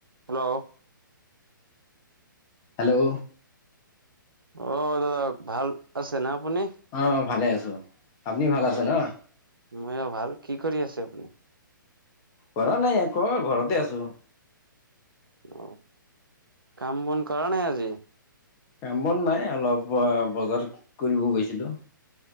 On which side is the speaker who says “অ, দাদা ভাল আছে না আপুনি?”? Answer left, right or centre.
Right